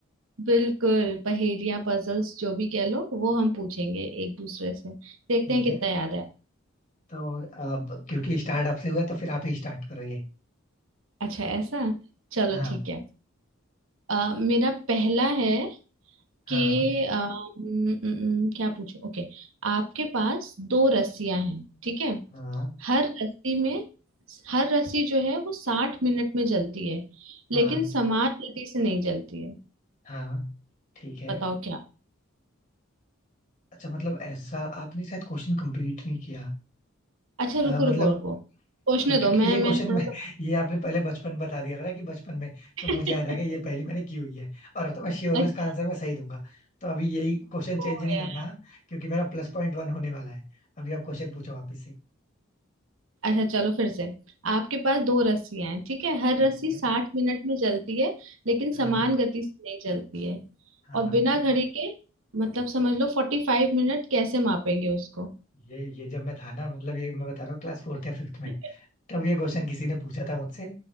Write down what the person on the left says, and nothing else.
ठीक
है
तो आप क्योंकि स्टार्ट आपसे हुआ है, तो फिर आप ही स्टार्ट करो ये
हाँ
हाँ
हाँ
हाँ
हाँ ठीक है
अच्छा मतलब ऐसा आपने शायद क्वेश्चन कंप्लीट नहीं किया
अ,
मतलब
हाँ, क्योंकि
ये क्वेश्चन
मैं
ये आपने पहले बचपन बता दिया था ना कि बचपन में
तो मुझे याद आ गया ये पहली मैंने की हुई है और अब तो मैं श्योर
हूँ इसका आंसर मैं सही दूंगा तो अभी यही क्वेश्चन चेंज
नहीं
करना है, क्योंकि मेरा प्लस पॉइंट वन होने वाला है अभी आप क्वेश्चन पूछो वापस से
हाँ
ठीक
है
हाँ
हाँ
ठीक
है
ये ये जब मैं था ना मतलब ये मैं बता रहा हूँ क्लास फोर्थ या फिफ्थ में
तब ये क्वेश्चन किसी ने पूछा था मुझसे